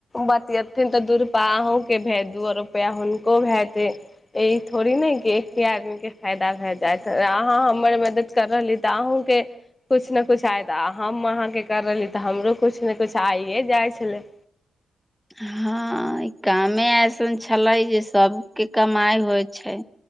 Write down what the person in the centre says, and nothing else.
हँ इकामे ऐसन छलै जे सबके कमाइ होइ छै।